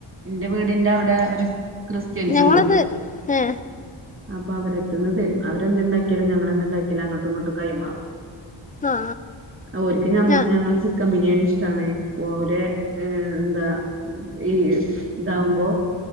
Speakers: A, on the right; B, on the left.
A: എറെ വീടിന്റെ അവിടെ ഒരു ക്രിസ്ത്യൻസ്
B: ഞങ്ങളത്
A: ഉണ്ട്
B: ഏ
A: അപ്പൊ അവരെത്തന്ന് തരും അവരെന്ത്തുണ്ടാക്കിയാലും ഞങ്ങളെന്ത്തുണ്ടാക്കിയാലുംങ്ങട്ടും ഇങ്ങോട്ട് കൈമാറും
B: ആ
A: ഒരിക്കും മ്മ
B: ആ
A: ഞങ്ങള് ചിക്കൻ ബിരിയാണി ഇഷ്ട ണ ഒര എന്താ ഈ ഇതാവുമ്പോ